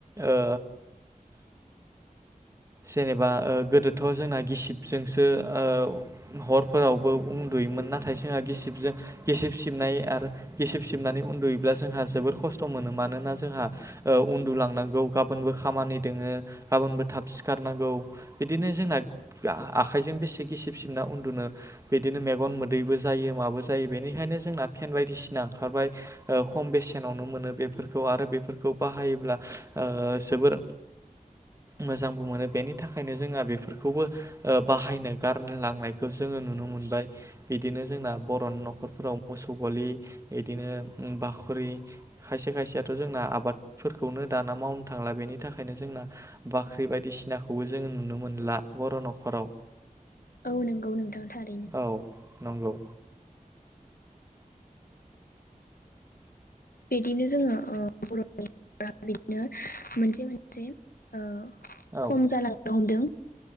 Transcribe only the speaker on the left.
औ नंगौ नोंथां थारैनो।
बिदिनो जोङो ओ बर'नि बिदिनो मोनसे मोनसे ओ
खम जालांनो हमदों।